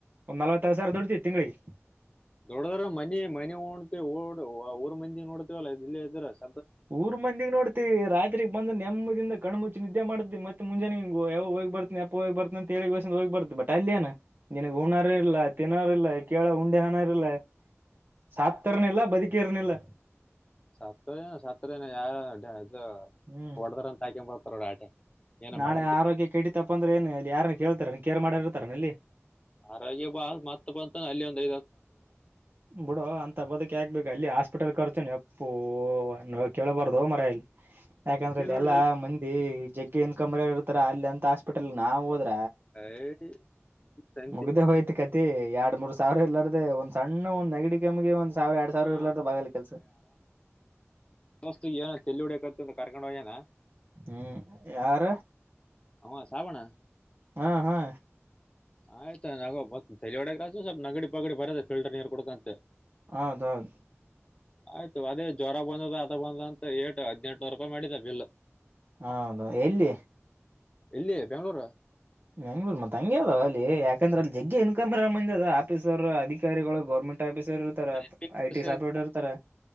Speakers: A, on the right; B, on the left.
A: ಒಂದ್ ನಲ್ವತ್ತೈದ ಸಾವಿರ ದುಡತಿ ತಿಂಗಳಿಗೆ
B: ದುಡ್ಡದ್ರ ಮನಿ ಮನೆೋತ ಉಡ್ ಊರ ಮಂದಿ ನೋಡ್ತವಲ್ಲ ಇಲ್ಲ ಇದಷ್ಟ
A: ಊರ್ ಮಂದಿಗ್ ನೋಡ್ತಿ ರಾತ್ರಿಗ್ ಬಂದ ನೆಮ್ಮದಿಂದ ಕಣ ಮುುಚ್ಚಿ ನಿದ್ದೆ ಮಾಡತಿವಿ ಮತ್ತೆ ಮುಂಜೆನಿಂಗ ಯವ್ವ ಹೋಗಿ ಬರ್ತ್ ಎಪ್ಪೋಹೊಗ ಬತ್ರ ಅಂತಗ್ ಬರ್ತ್ ಬಟ್ ಅಲ್ಲೆಯೆನ ನಿನಗ್ ಹ ಊಣಾರ ಇಲ್ಲ ತಿನ್ನೋರ ಇಲ್ಲ ಕೇಳ ಉಂಡೆ ಹನ ಇಲ್ಲಾ ಸತ್ತರ್ನಿಲ್ಲಾ ಬದುಕಿಯರ್ನಿಲ್ಲಾ
B: ಸತ್ ಏನ ಸತ್ತಏನ ಯಾರ ಇ
A: ಹ್ಮ್
B: ಹೊಡದ್ರ ಅಂತ ಹಾಕೊಂಡ್ ಬರ್ತಾರೋ ಆಟೆ ಏನ
A: ನಾಳೆ
B: ಮಾಡನ್ ಕೆಲ್ಸ
A: ಆರೋಗ್ಯ ಕಡೀತಪ್ಪ ಅಂದ್ರೆ ಏನು ಅಲ್ಲಿ ಯಾರನ್ ಕೇಳ್ತಾರ ನೀ ಕೇರ್ ಮಾಡಿ ಇರ್ತಾರೆನ ಅಲ್ಲಿ
B: ಆರೋಗ್ಯ ಬಾ ಮತ್ತ ಬಂತಾನ ಅಲ್ಲಿ ಒಂದ
A: ಬಿಡೋ ಅಂತ ಬದಕ ಯಾಕ ಬೇಕ ಅಲ್ಲಿ ಅಷ್ಟ ಉಟಲ್ ಖರ್ಚುನ ಅಪ್ಪು ಕೇಳಬಾರ್ದು ಮಾರಲ್ಲಿ ಯಾಕಂದ್ರೆ
B: ಇಲ್ಲೇ
A: ಅಲ್ಲಿ
B: ನೋಡಿದಿಲ್ಲ
A: ಎಲ್ಲಾ ಮಂದಿ ಜಗ್ಗೆ ಇನ್ಕಮ ಇರ್ತಾರ ಅಲ್ಲಿ ಅಂತ ಹಾಸ್ಪಿಟಲ್ ನಾವು ಹೋದ
B: ಏಯ್ ಸಂತಿ
A: ಮುಗ್ದ ಹೋಯ್ತು ಕತಿ ಎರಡ್ ಮೂರ್ ಸಾವಿರ ಎಲ್ಲ ಅ ಒಂದ್ ಸಣ್ಣ ಒಂದ್ ನೆಗಡಿ ಕೆಮ್ಗೆ ಒಂದ್ ಸಾವಿರ ಎರಡ್ ಸಾವಿರ
B: ಹಾ
A: ಇರ್ಲಾರ ಬಾಗಲ್ಲ ಕೆಲ್ಸ
B: ದೋಸ್ತ್ ಏ ತೇಲ್ಲಿ ಹೊಡಬೇಕಂತ ಕರ್ಕೊಂಡ ಹೋಗ ನ
A: ಹ್ಮ್ ಯಾರ
B: ಹ ಶಾವಣ
A: ಹಾ ಹಾ
B: ಆಯ್ತಾಯ <unintelligible> ನಗಡಿ ಪಗಡಿ ಬರತ್ತದೆ ಫಿಲ್ಟರ್ ನೀರು ಕುಡ್ಕಂತೆ
A: ಹೌದೌದು
B: ಆಯ್ತು ಅದೇ ಜ್ವರ ಬಂದ ಅದ ಬಂದಂತ ಏಟು ಹದ್ನೆಂಟುನೂರು ರೂಪಾಯಿ ಮಾಡಿದ ಬಿಲ್
A: ಹೌದು ಎಲ್ಲಿ
B: ಇಲ್ಲಿ ಬೆಂಗಳೂರು
A: ಬೆಂಗಳೂರು ಆ ಮತ್ ಹಂಗೆ ಅದಾವ ಅಲ್ಲಿ ಯಾಕಂದ್ರೆ ಅಲ್ಲಿ ಜಗ್ಗೆ ಇನ್ಕಮ್ ಇರ ಮುಂದಿ ಅದರಾ ಆಫೀಸರ್ ಅಧಿಕಾರಿಗಳು ಗೌರ್ಮೆಂಟ್ ಎಲ್ಲ ಆಫೀಸರ್ ಇರ್ತಾರ
B: <unintelligible>
A: ಐ ಟಿ ಸಾಫ್ಟ್ವೇರ್ ಇರ್ತಾರ